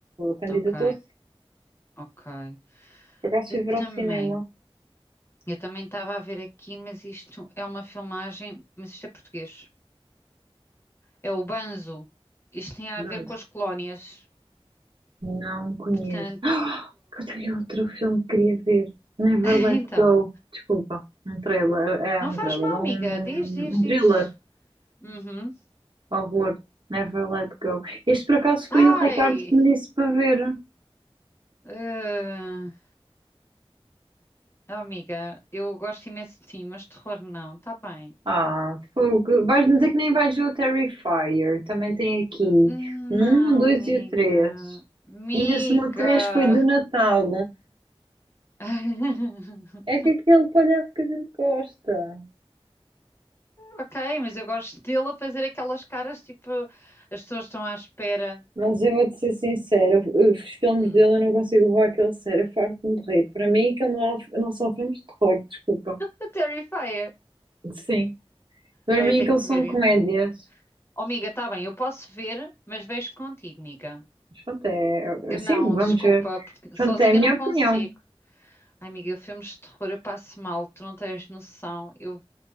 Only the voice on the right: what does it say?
candidatou-se.
Por acaso
fui
ver ao cinema.
não
Não conheço.
<gasps> Ah, que eu tenho outro filme que queria ver. Never
Let
Go. Desculpa. Um trailer. É
um
trailer.
Um, um
um
thriller.
Horror. Never let go. Este por acaso
foi o Ricardo que me disse para ver.
Ah, fogo. Vais-me dizer que nem vais ver o Terrifier. Também tem aqui
um, dois
e o três.
E ainda se três foi do Natal.
É que aquele palhaço que a gente gosta.
Mas eu vou-te ser sincera, os filmes
dele eu não consigo levar aquele sério, eu farto-me de rir. Para mim, aquilo não, é um- não são filmes de terror, desculpa.
Sim. Para
mim,
aquilo
são
comédias.
Mas Pronto, é, assim
vamos
ver.
Pronto,
é a minha
opinião.